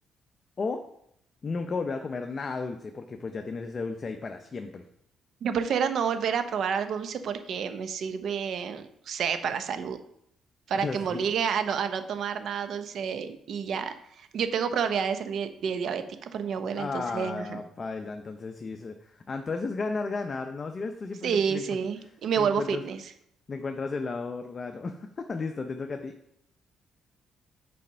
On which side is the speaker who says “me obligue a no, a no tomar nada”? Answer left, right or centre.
Right